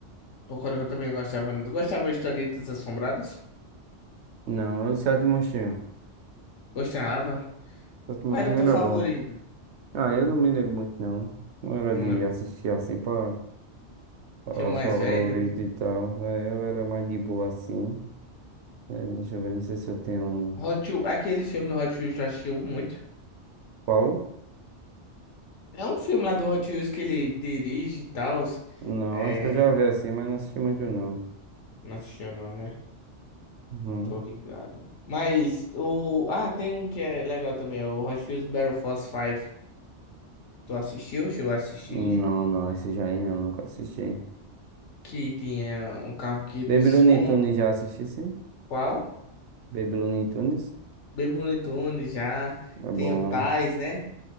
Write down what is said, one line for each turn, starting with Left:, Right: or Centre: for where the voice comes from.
Left: Concordo que eu também gostava. Gostava de Historietas Assombradas?
Right: Não, é o Sete Monstrinhos.
Left: Gostava.
Right: Death Machine
Left: Qual era o teu favorito?
Right: era bom. Ah, eu não me lembro muito, não. Não era
Left: Não
Right: de
Left: lembro.
Right: assistir assim pra falar
Left: Tinha o mais
Right: favorito
Left: velho, né?
Right: e tal. É, eu era mais de boa assim. É, deixa eu ver, não sei se eu tenho. um
Left: Hot Wheels, aquele filme do Hot Wheels tu assistiu muito.
Right: Qual?
Left: É um filme lá do Hot Wheels que ele dirige e tal.
Right: Não,
Left: É...
Right: acho que eu já vi assim, mas não assisti muito, não.
Left: Não assistiu não, né?
Right: Uhum.
Left: Tô ligado. Mas o... Ah, tem um que é legal também. É o Hot Wheels Battle Force 5. Tu assistiu? Chegou a assistir?
Right: Não, não, esse já aí não, nunca assisti.
Left: Que tinha um carro que
Right: Baby
Left: de som...
Right: Looney Tunes já assisti, sim.
Left: Qual?
Right: Baby Looney Tunes.
Left: Baby Looney Tunes já.
Right: É bom.
Left: Tem o Tais, né?